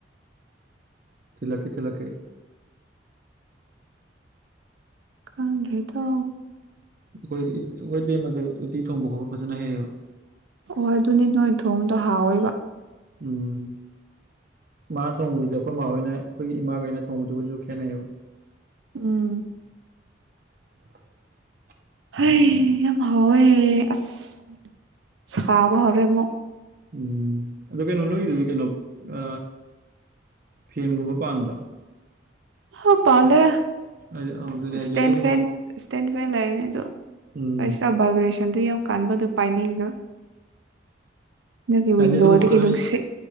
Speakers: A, on the right (about 50°); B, on the right (about 90°).
A: ꯊꯤꯜꯂꯛꯀꯦ ꯊꯤꯜꯂꯛꯀꯦ ꯑꯩ
B: ꯈꯪꯗ꯭ꯔꯦꯗꯣ
A: ꯑꯩꯈꯣꯏ ꯑꯩꯈꯣꯏ ꯏꯇꯩꯃ ꯑꯗꯨ ꯎꯇꯤ ꯊꯣꯡꯕ ꯈꯣꯠꯄ ꯐꯖꯅ ꯍꯩꯌꯦꯕ
B: ꯍꯣꯏ ꯑꯗꯨꯅꯦ ꯅꯣꯏ ꯊꯣꯡꯕꯗꯣ ꯍꯥꯎꯑꯦꯕ
A: ꯎꯝ ꯃꯥꯅ ꯊꯣꯡꯕꯗꯨꯗꯤ ꯑꯩꯈꯣꯏ ꯃꯥꯍꯣꯏꯅ ꯑꯩꯈꯣꯏꯒꯤ ꯏꯃꯥꯈꯩꯅ ꯊꯣꯡꯕꯗꯨꯒꯁꯨ ꯈꯦꯠꯅꯩꯌꯦꯕ
B: ꯎꯝ
A: <unintelligible>
B: ꯍꯣꯏ ꯌꯥꯝ ꯍꯥꯎꯋꯦ ꯑꯁ ꯁꯥꯕ ꯍꯧꯥꯎꯔꯦ ꯑꯃꯨꯛ
A: ꯎꯝ ꯑꯗꯨ ꯀꯩꯅꯣ ꯅꯣꯏꯗꯨꯗꯤ ꯀꯩꯅꯣ ꯑ ꯐꯦꯟꯒꯨꯝꯕ ꯄꯥꯟꯗ꯭ꯔꯣ
B: ꯑ ꯄꯂꯦ
A: ꯍꯥꯏ ꯍꯥꯏꯗꯤ ꯑ ꯑꯗꯨꯅꯦ ꯍꯥꯏꯁꯦ
B: ꯁꯇꯦꯟ
A: ꯑꯗꯨꯒꯨꯝꯕ
B: ꯐꯦꯟ ꯁꯇꯦꯟ ꯐꯦꯟ ꯂꯩꯅꯦ
A: ꯎꯝ
B: ꯕ꯭ꯔꯦꯁꯟ ꯁꯦꯟꯗ ꯌꯥꯎ ꯀꯥꯟꯕꯗꯨꯣ ꯄꯥꯏꯅꯤꯡꯕꯥ ꯅꯒꯤ
A: ꯍꯥꯏꯗꯤ
B: ꯋꯤꯟꯗꯣꯗꯒꯤ
A: ꯑꯗꯨꯒꯨꯝꯕ ꯈꯔ
B: ꯅꯨꯡꯁꯤꯠ